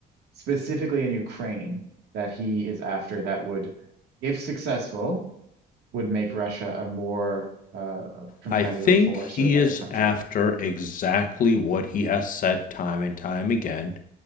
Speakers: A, on the right; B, on the left.
A: specifically in Ukraine that he is after that would, if successful, would make Russia a more uh, competitive
B: I think
A: force
B: he
A: or a better
B: is
A: country?
B: after exactly what he has said time and time again.